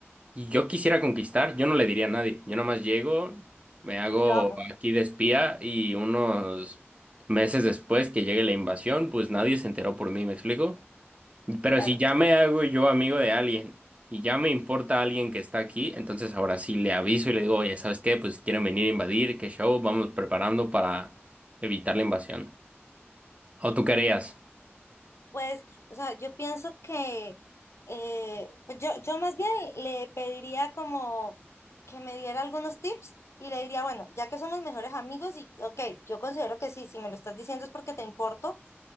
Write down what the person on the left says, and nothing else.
Y lo hago,
claro.
Pues, o sea, yo pienso que eh, pues yo, yo más bien le pediría como que me diera algunos tips y le diría, bueno, ya que somos mejores amigos y ok, yo considero que sí, si me lo estás diciendo es porque te importo